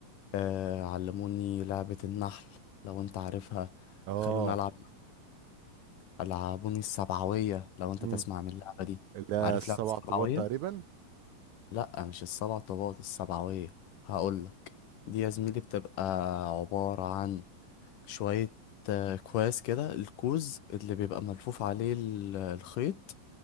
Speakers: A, on the left (about 70°); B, on the right (about 70°).
A: آه علموني لعبة النحل لو انت عارفها
B: اه
A: خلوني العب العابوني السبعوية لو انت
B: مم.
A: تسمع من اللعبة دي
B: لا
A: عارف
B: السبع
A: لعبة السبعوية؟
B: طوبات تقريبا
A: لأ مش السبع طوبات السبعوية هقولك دي يا زميلي بتبقى عبارة عن شوية آه، كواس كده الكوز اللي بيبقى ملفوف عليه ال- الخيط